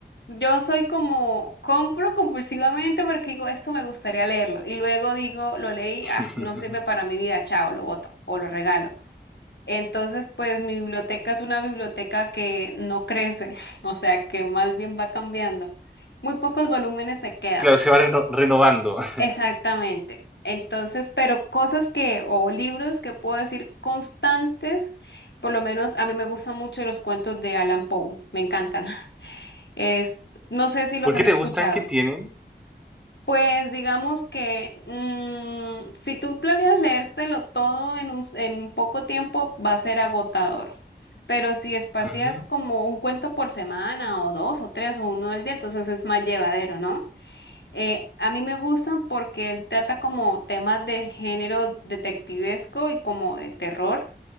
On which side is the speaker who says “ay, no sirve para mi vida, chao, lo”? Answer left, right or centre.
Left